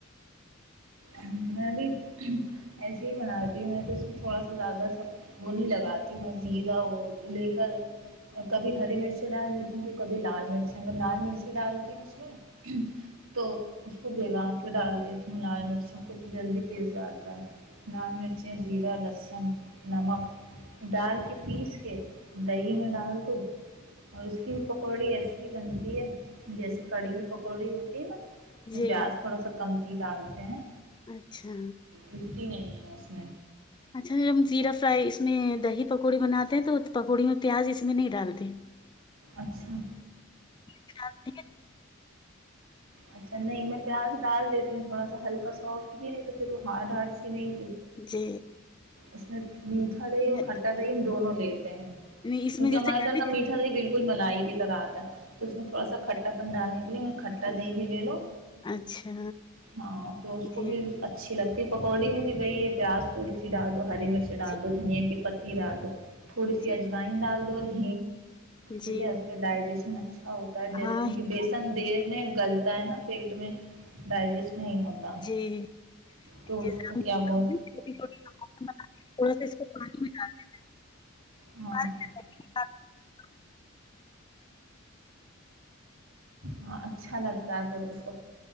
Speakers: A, on the right; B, on the left.
A: میں بھی ایسے ہے بناتی ہو اسمے تھوڑا سا زیادہ وں نہیں لگتی اور زیرہ کبھی ہری مرچ ڈاک ڈال دیتی ہو تو کبھی لال لال مرچے ڈالتی ہو تو اسمے اسکو بھگا کر ڈال دیتی ہو جلدی پس جاتا ہے لال مرچی زیرہ لہسن نمک ڈال کے پیس کے دہی میں ڈال دو اور اسکی بھی پکوڈی ایسی ہی بنتی ہیں جیسے کڈی کی پکوڈی ہوتی ہیں نا اس میں
B: جی
A: پیاز تھوڑا سا کم ڈالتے ہیں
B: اچھا
A: گمتی نہی ہیں بس <unintelligible>
B: اچھا ہم صرف اس میں دہخ پکوڈے بناتے ہیں تو پکوڈی میں اس میں پیاز نہی ڈالتے
A: اچھا
B: <unintelligible>
A: اچھا نہیں میں پیاز ڈال دیتی ہوںتھوڈا سا ہلکا سوفٹ بھی نی تو پھر وہ ہارڈ ہارڈ سی نئ
B: جی
A: <unintelligible> <unintelligible> میٹھا دہی
B: نہیں
A: اور کھٹا دہی ہم دونوں لیتے ہیں
B: اس
A: کیونکہ
B: میں جیسے
A: ہمارے
B: کہ
A: گھر کا
B: جی
A: میٹھا دہی بلکل ملائ رات اس میں تھوڈا سا کھٹا پن ڈالنے کے لیے دہی
B: جی
A: بھی لیلو
B: اچھا
A: ہاں تو اس کو
B: جی
A: بھی اچھی لگ یے پکوڈی ہے کہ دہی پیاز تھوڈی سی ڈال دو ہری مرچ ڈال
B: جی
A: دو دنھیا کی گھی ڈال دو تھوڈی سی
B: جی
A: اجواین ڈال دو اور <unintelligible>
B: جی
A: کیونکہ اس سے ڈایجشن اچھا ہوتا ہیں
B: ہاں
A: کیونکہ بیسن دیر میں ملتا ہینا پیٹ میں ڈایجشن نی ہوتا
B: جی
A: تو
B: جیسے
A: اس کو
B: ہم
A: کیا بول
B: تھوڑا سا اس کو پانی میں ڈال <unintelligible>
A: ہاں ہاں اچھا لگتا ہے پھر اس کو